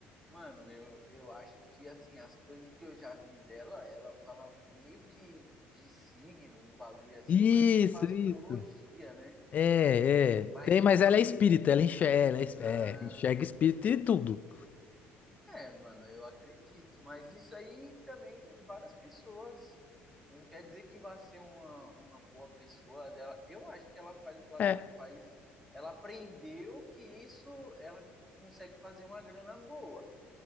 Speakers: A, in the centre; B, on the left.
A: mano, eu, eu acho que, assim, as coisas que eu já vi dela, ela fala meio que de signos, bagulho assim,
B: Isso,
A: mais pra astrologia,
B: isso.
A: né?
B: É, é.
A: Mas
B: Tem, mas
A: tem uma
B: ela é espírita,
A: coisa.
B: ela enxerga, ela é, es-
A: Ah.
B: é, enxerga espírito e tudo.
A: É, mano, eu acredito, mas isso aí também várias pessoas. Não quer dizer que vá ser uma, uma boa pessoa dela. Eu acho que ela faz o bagu-
B: É.
A: faz, ela aprendeu que isso ela consegue fazer uma grana boa.